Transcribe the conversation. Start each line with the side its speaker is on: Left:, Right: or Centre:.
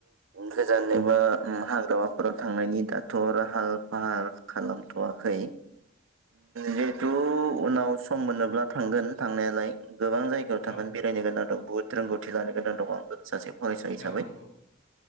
Right: गोजान एबा हाग्रामाफोराव थांनायनि दाथ' लाहार फाहार खालामथ'वाखै जिहेथु ओम उनाव सम मोनोब्ला थांगोन थांनायालाय। गोबां जायगायाव
Left: औ
Right: थांगोन बेरायनो गोनां दं। बुहथ रोंगौथि लानो गोनां दं आंबो। सासे फरायसा हिसाबै
Left: औ नंगौ